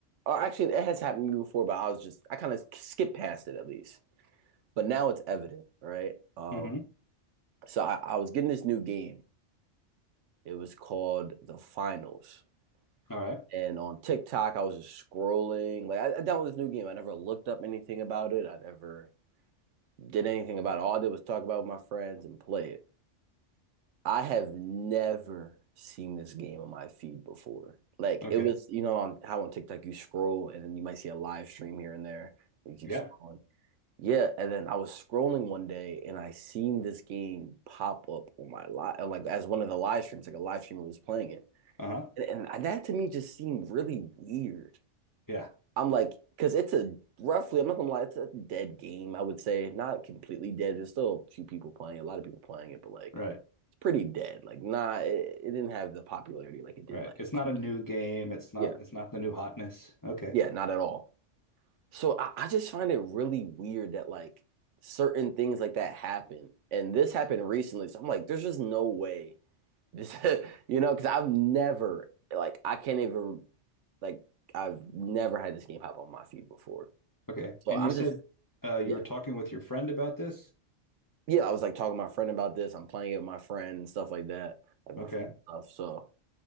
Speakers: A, on the right (about 75°); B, on the left (about 20°).
A: Or actually, it has happened to me before, but I was just I kind of skipped past it at least. But now it's evident, right? Um,
B: Mm-hmm.
A: so I, I was getting this new game. It was called The Finals.
B: All right.
A: And on TikTok, I was just scrolling. Like I, I downloaded this new game. I never looked up anything about it. I never did anything about it. All I did was talk about it with my friends and play it. I have never seen this game on my feed before. Like
B: Okay.
A: it was, you know, on how on TikTok you scroll and then you might see a live stream here and there. And you
B: Yeah.
A: keep scrolling. Yeah, and then I was scrolling one day and I seen this game pop up on my live, like as one of the live streams, like a live streamer was playing it.
B: Uh-huh.
A: And, and that to me just seemed really weird.
B: Yeah.
A: I'm like, because it's a roughly, I'm not gonna lie, it's a dead game, I would say. Not completely dead. There's still a few people playing, it, a lot of people playing it, but like
B: Right.
A: it's pretty dead. Like, nah, it, it didn't have the popularity like it did
B: Right.
A: like
B: It's not
A: two,
B: a
A: three.
B: new game. It's not
A: Yeah,
B: it's not the new hotness. Okay.
A: yeah, not at all. So I, I just find it really weird that like certain things like that happen. And this happened recently. So I'm like, there's just no way this, <laughs> you know, because I've never like I can't even like I've never had this game pop on my feed before.
B: Okay.
A: So
B: And
A: I'm
B: you said
A: just
B: uh you
A: yeah.
B: were talking with your friend about this?
A: yeah, I was like talking to my friend about this. I'm playing it with my friend and stuff like that, like my
B: Okay.
A: friend and stuff. So